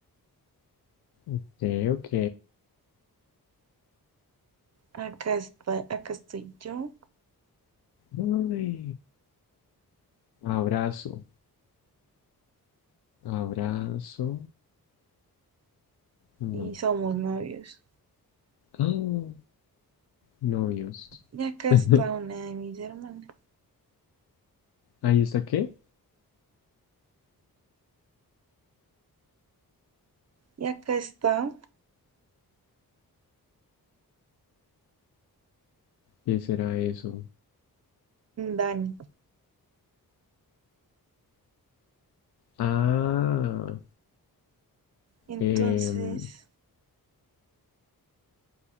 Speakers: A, on the left (about 75°); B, on the right (about 45°).
A: Ok, ok.
B: Acá está, acá estoy yo.
A: Ay, abrazo, abrazo. No.
B: Y somos novios.
A: Ah, novios.
B: Y acá
A: <laughs>
B: está una de mis hermanas.
A: ¿Ahí está qué?
B: Y acá está
A: ¿Qué será eso?
B: Dani.
A: Ah,
B: Entonces.
A: em,